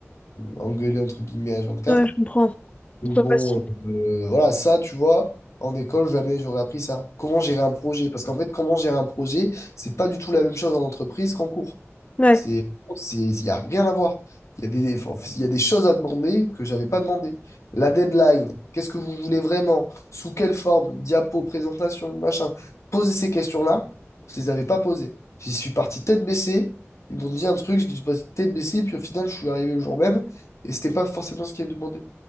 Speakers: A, on the left (about 80°); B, on the left (about 25°).
A: engueuler, entre guillemets, h quatre
B: Ouais, je comprends.
A: Donc
B: C'est
A: bon,
B: pas facile.
A: euh, voilà, ça, tu vois, en école, jamais j'aurais appris ça. Comment gérer un projet? Parce qu'en fait, comment gérer un projet, c'est pas du tout la même chose en entreprise qu'en cours.
B: Ouais.
A: C'est, c'est, il n'y a rien à voir. Il y a des, enfin, il y a des choses à demander que j'avais pas demandé. La deadline, qu'est-ce que vous voulez vraiment? Sous quelle forme? Diapo, présentation, machin. Poser ces questions-là, je les avais pas posées. J'y suis parti tête baissée. Ils m'ont dit un truc, je dis bah, tête baissée, puis au final, je suis arrivé le jour même et c'était pas forcément ce qui est demandé.